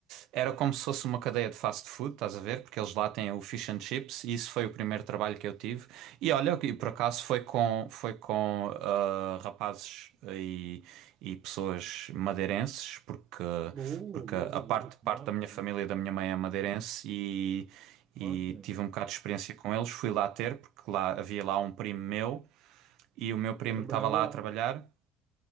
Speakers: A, on the right; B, on the right.
A: Era como se fosse uma cadeia
B: Alpine?
A: de fast food, estás a ver? Porque eles lá têm o fish and chips e isso foi o primeiro trabalho que eu tive. E olha, e por
B: Boa,
A: acaso foi com, foi com uh, rapazes e, e pessoas madeirenses, porque,
B: boa,
A: porque
B: boa,
A: a parte, parte
B: boa.
A: da minha família
B: Máquina.
A: e da minha mãe é madeirense e, e
B: Máquina.
A: tive um bocado de experiência com eles. Fui lá ter, porque lá havia lá um primo meu e o meu primo
B: Eu Trabalhava
A: estava lá
B: lá.
A: a trabalhar.